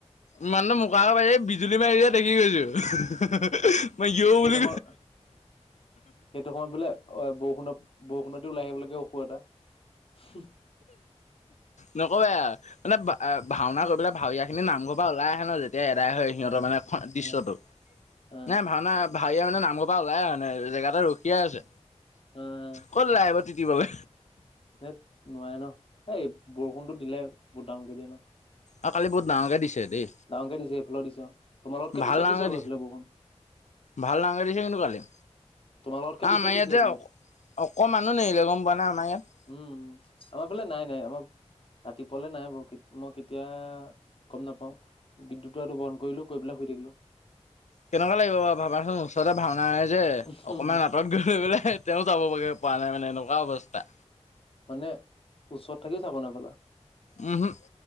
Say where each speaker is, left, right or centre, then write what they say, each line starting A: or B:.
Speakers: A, on the left; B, on the left.
A: ইমান ম বাৰ বা বিজুলী মাৰিছে দেখি গৈছো। মই ইয়ো
B: সেইটো
A: বুলি
B: সময়ত সেইটো সময়ত বোলে অ বৰষুণত বৰষুণতে ওলাই আহিব লাগে অসুৰ এটা।
A: নকবাই আও মানে ভাওনা হৈ পেলাই ভাওৰীয়া খিনি নামঘৰ পৰা ওলাই আহে ন যে এতিয়া এদায় হয় সিহঁতৰ
B: আহ
A: মানে দৃশ্যটো,
B: আহ আহ
A: না ভাওনা ভাওৰীয়া মানে নামঘৰৰ পৰা ওলাই মানে জেগাতে ৰখিয়েই আছে,
B: আহ
A: ক'ত ওলাই আহিব। কিব বে।
B: ধেত নোৱাৰে ন'। এই বৰষুণতো দিলে বহুত ডাঙৰ কে দিয়ে ন'।
A: অ', কালি বহুত ডাঙকে দিছে দেই।
B: ডাঙকে দিছে এইফালেও দিছে, তোমালতকে
A: ভাল
B: পিছত
A: ডাঙৰকে
B: দিছে আও এইফালে বৰষূণ।
A: ভাল ডাঙৰ কে দিছে কিন্তু কালি।
B: তোমালোকতকে
A: আমাৰ
B: পিছত
A: ইয়াত
B: দিছে এইফালে
A: যে অ' অকমানো নেৰিলে গম পোৱা নে আমাৰ ইয়াত।
B: উম, আমাৰ ফালে নাই নাই আমাৰ ৰাতিপুৱালে নাই বাও, মই কেতিয়া গম নাপাওঁ। বিদ্যুৎৰ সেইটো বন্ধ কৰিলো, কৰি পেলাই শুই থাকিলো।
A: কেনেকুৱা লাগিব বাৰু ভাবাচোন ওচৰতে ভাওনা হৈছে,
B: থাকিলো
A: অকণমান আঁতৰত গৈ পেলাই তেওঁ যাব গে পৰা নাই মানে এনেকুৱ অৱস্থা।
B: মানে ওচৰত থাকিও যাব নাপালা।
A: উমহো।